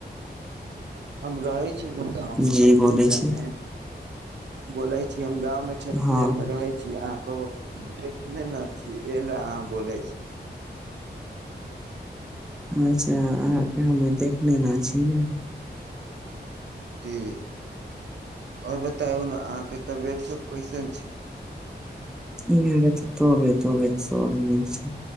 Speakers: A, on the right; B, in the centre.
A: हम रहय छिय ने गाँंव मे
B: जी
A: छठ
B: बोलै
A: पूजा
B: छी
A: मे बोलय छी हम गाँंव मे छठ
B: हँ
A: पूजा में रहै छी अहाँ कबौ देखले ने छी एहि ले अहाँ बोलय छी।
B: अच्छा अहाँके हमे देख नेने छी ने।
A: जी आओर बताउ ने अहाँके तबियत सब कैसन छी?
B: इ हमरा तऽ तबियत तबियत सब नीक छी।